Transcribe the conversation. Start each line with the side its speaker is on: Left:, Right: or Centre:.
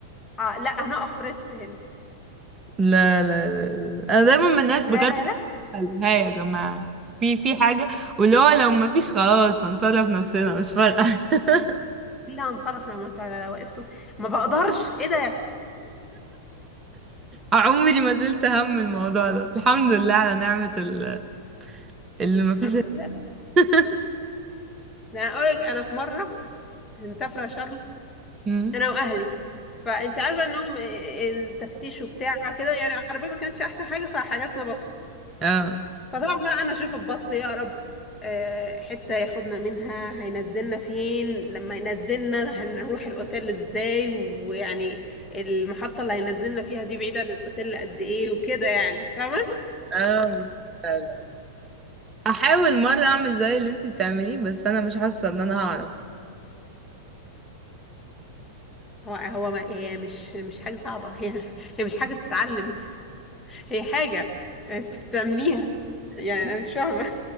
Left: آه لا هنقف ريست هنا
Right: لا لا لا لا. انا دايما من الناس
Left: لا
Right: بجد
Left: لا لا
Right: ها يا جماعة في في حاجة واللي هو لو ما فيش خلاص هنصرف نفسنا مش فارقة <laughs>
Left: لا هنصرف لما انتوا على لو وقفتوا ما بقدرش ايه ده
Right: عمري ما شلت هم الموضوع ده الحمد لله على نعمة ال- اللي ما فيش
Left: الحمد لله
Right: <laughs>
Left: يعني انا اقولك انا في مره مسافره شرم
Right: مم.
Left: انا واهلي فانت عارفه انهم آه، آه، التفتيش وبتاع كده يعني العربيه ما كانتش احسن حاجه فحجزنا بس
Right: اه
Left: فطبعا بقى انا اشوف الباص يا رب آه، حتة ياخدنا منها هينزلنا فين لما ينزلنا هنروح الاوتيل ازاي ويعني المحطة اللي هينزلنا فيها دي بعيدة عن الاوتيل قد ايه وكده يعني فاهمة
Right: اه لا لا احاول مرة اعمل زي اللي انتي بتعمليه بس انا مش حاسة ان انا هعرف
Left: هو هو ما هي مش مش حاجة صعبة هي هي مش حاجة تتعلم هي حاجة انت بتعمليها يعني
Right: <laughs>
Left: انا مش فاهمة